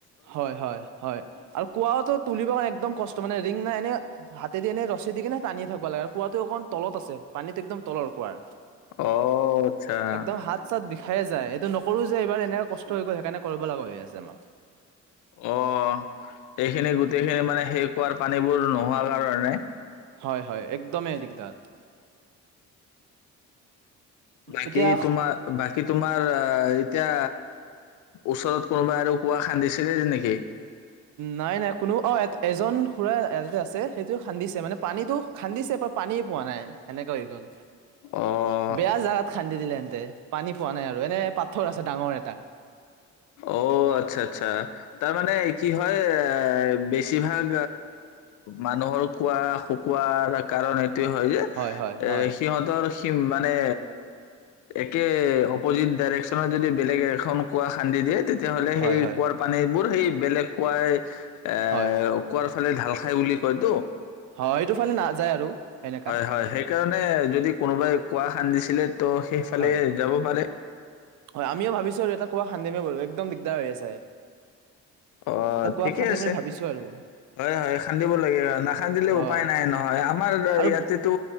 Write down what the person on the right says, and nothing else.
হয়, হয়, হয় আৰু কোৱাটো তুলিব কাৰণে একদম কষ্ট মানে ৰিং নাই এনে হাতেদি এনে ৰছী দি কিনে টানি থাকিব লাগে। কুঁৱাতটো অকণ তলত আ পানীটো একদম তলৰ কুৱাৰ।
একদম হাত-চাত বিষায়ে যায় সেইটো নক সৰু যে এইবাৰ এনেকে কষ্ট হৈ গ'ল সেইকাৰণে কৰিব লগা হৈ আছে আমাক।
হয় হয় একদমেই দিগদাৰ
এতিয়া
নাই নাই কোনো, অ এজন খুৰা এয়াতে আছে সেইটো খান্দিছে মানে পানীটো খান্দিছে বাত পানীয়ে পোৱা নাই সেনেকা হৈ গ'ল।
বেয়া জেগাত খান্দি দিলেহেতে পানী পোৱা নাই আৰু এনে পাথৰ আছে ডাঙৰ এটা
হয়
হয়
হয়
হয়
হয়
হয় এইটো ফালে নাযায় আৰু সেনেকা
হয়
হয় আমিও ভাবিছো আৰু এটা কুৱা খান্দিমে বাৰু একদম দিগদাৰ হৈ আছে
এটা কুঁৱা
খান্দিম
বুলি ভাবিছো আৰু
অ
আৰু